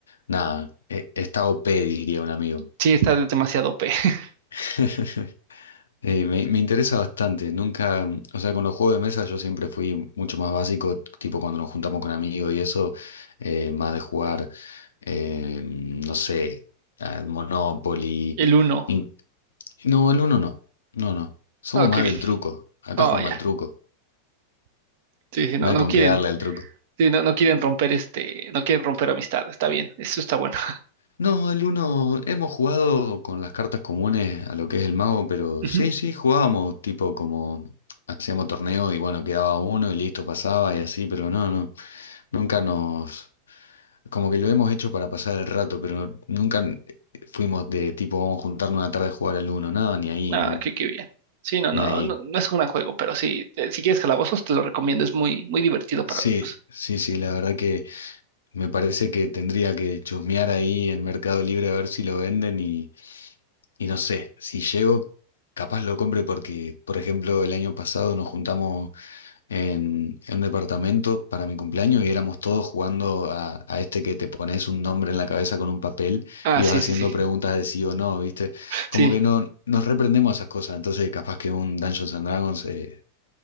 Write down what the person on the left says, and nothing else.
nada, e- está OP, diría un amigo.
<laughs> Eh, me, me interesa bastante, nunca, mm, o sea, con los juegos de mesa yo siempre fui mucho más básico, tipo cuando nos juntamos con amigos y eso, eh, más de jugar, eh, no sé, al Monopoly.
in- no, el uno no, no, no, somos
más
del truco, acá
jugamos
al truco,
no hay
con
qué darle al truco.
No, el uno hemos jugado con las cartas comunes a lo que es el mago, pero
sí, sí, jugábamos tipo como hacíamos torneo y bueno, quedaba uno y listo, pasaba y así, pero no, no, nunca nos, como que lo hemos hecho para pasar el rato, pero nunca n- fuimos de tipo vamos a juntarnos una tarde a jugar al uno, no, ni ahí,
no,
ni ahí.
Sí,
sí, sí, la verdad que me parece que tendría que chusmear ahí en Mercado Libre a ver si lo venden y Y no sé, si llego, capaz lo compre porque, por ejemplo, el año pasado nos juntamos en, en un departamento para mi cumpleaños y éramos todos jugando a, a este que te pones un nombre en la cabeza con un papel
y
vas haciendo
preguntas de sí o no, ¿viste? Como
que no nos reprendemos a esas cosas, entonces capaz que un Dungeons and Dragons eh,